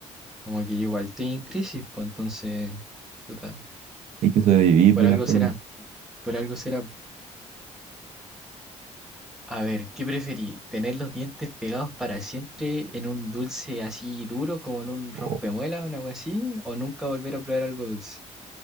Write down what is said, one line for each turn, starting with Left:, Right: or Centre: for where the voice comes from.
Centre: como que yo igual estoy en crisis, pues entonces, puta,
Right: Hay que sobrevivir
Centre: por
Right: de una
Centre: algo
Right: forma.
Centre: Mm. será, por algo será. A ver, ¿qué preferí? ¿Tener los dientes pegados para siempre en un dulce así duro, como en un rompemuela
Right: Oh,
Centre: o algo así? ¿O nunca volver a probar algo dulce?